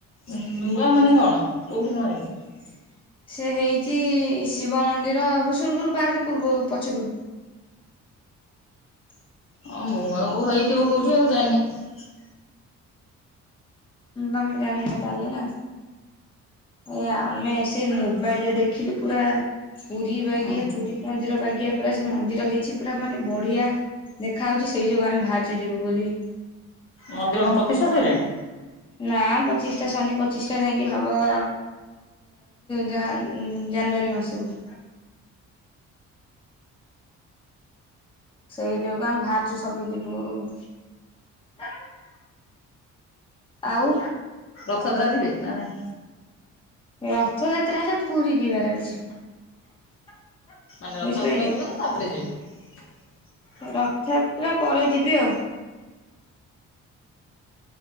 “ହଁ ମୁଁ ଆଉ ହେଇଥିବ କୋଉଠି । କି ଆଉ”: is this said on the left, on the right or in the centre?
Left